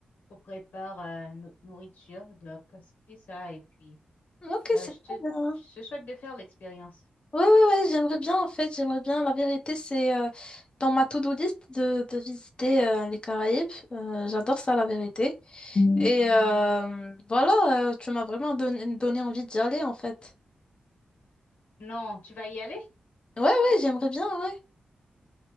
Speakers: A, on the left; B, on the left.
A: qu'on prépare euh, notre nourriture donc c'est ça et puis
B: Ok,
A: euh,
B: c'est
A: je te
B: trop bien.
A: je te souhaite de faire l'expérience.
B: Ouais, ouais, ouais, j'aimerais bien en fait, j'aimerais bien. La vérité, c'est euh, dans ma to-do list de, de visiter euh, les Caraïbes. Euh, j'adore ça, la vérité. Et euh, voilà, euh, tu m'as vraiment donné, donné envie d'y aller en fait.
A: Non, tu vas y aller?
B: Ouais, ouais, j'aimerais bien, ouais.